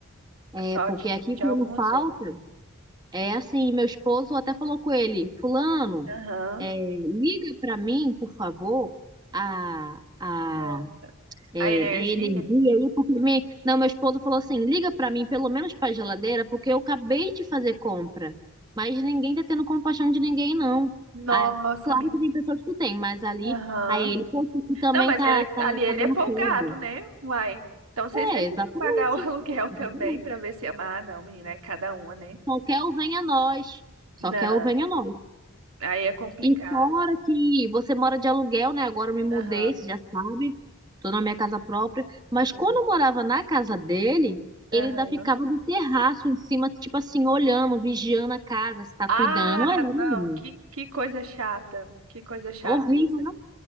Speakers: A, on the right (about 20°); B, on the right (about 80°).
A: É,
B: Só
A: porque
B: de,
A: aqui
B: de
A: quando
B: algumas
A: falta,
B: horas.
A: é assim, meu esposo até falou com ele, fulano,
B: Aham.
A: é, liga para mim, por favor, a, a,
B: Nossa.
A: é,
B: A
A: a
B: energia?
A: energia aí, porque me... não, meu esposo falou assim, liga para mim pelo menos para a geladeira, porque eu acabei de fazer compra, mas ninguém tá tendo compaixão de ninguém, não.
B: Nossa,
A: Ah, claro
B: amiga.
A: que tem pessoas que têm, mas ali,
B: Aham.
A: aí ele, poxa, aqui também
B: Não, mas
A: tá,
B: ele-
A: tá,
B: ali ele
A: tá dando
B: é folgado,
A: queda.
B: né? Uai. Então vocês deixam
A: É, exatamente.
B: de pagar o <laughs> aluguel também
A: Exatamente.
B: pra ver se ama. Ah, não, menina, é cada uma, né?
A: Só quer o venha nós. Só
B: Não,
A: quer o venha nós.
B: aí é complicado.
A: E fora que você mora de aluguel, né? Agora eu me mudei,
B: Aham,
A: você já sabe. Tô na minha casa própria. Mas
B: sim.
A: quando eu morava na casa dele,
B: Aham.
A: ele ainda ficava no terraço em cima, tipo assim, olhando, vigiando a casa, se tá
B: Ah,
A: cuidando. É, menino.
B: não, que, que coisa chata. Que coisa chata
A: Horrível,
B: isso.
A: né?